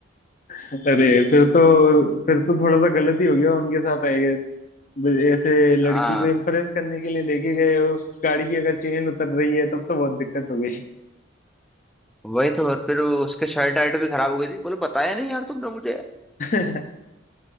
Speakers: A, on the left; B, in the centre.
A: फिर तो फिर तो थोड़ा सा गलत ही हो गया उनके साथ आई गेस ऐसे लड़की
B: हाँ
A: को इम्प्रेस करने के लिए लेके गए उस गाड़ी की अगर चेन उतर रही है तब तो बहुत दिक्कत हो गई
B: वही तो और फिर वो उसके शर्ट आर्ट भी खराब हो गई थी बोले बताया नहीं यार तुमने मुझे
A: <laughs>